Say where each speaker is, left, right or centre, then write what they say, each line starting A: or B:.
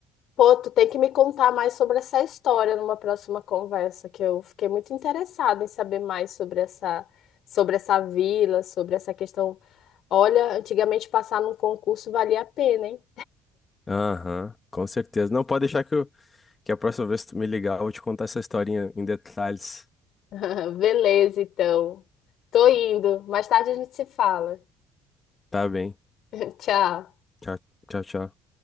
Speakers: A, on the left (about 55°); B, on the left (about 20°).
A: Pô, tu tem que me contar mais sobre essa história numa próxima conversa, que eu fiquei muito interessada em saber mais sobre essa, sobre essa vila, sobre essa questão. Olha, antigamente passar num concurso valia a pena, hein?
B: Aham, com certeza. Não pode deixar que, eu- que a próxima vez que tu me ligar, eu vou te contar essa historinha em detalhes.
A: <laughs> Beleza, então. Tô indo. Mais tarde a gente se fala.
B: Tá bem.
A: <laughs> Tchau.
B: Tchau, tchau, tchau.